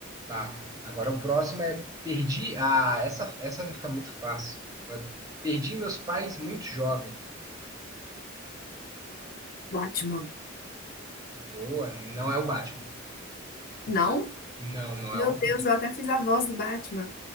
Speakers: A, on the right (about 15°); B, on the left (about 45°).
A: Tá. Agora o próximo é perdi. Ah, essa, essa vai ficar muito fácil. Perdi meus pais muito jovem.
B: Batman.
A: Boa, não é o Batman.
B: Não?
A: Não, não
B: Meu
A: é o.
B: Deus, eu até fiz a voz do Batman.